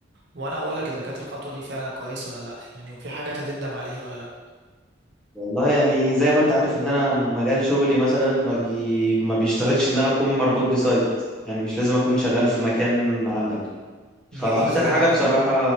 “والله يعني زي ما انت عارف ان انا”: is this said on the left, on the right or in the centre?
Centre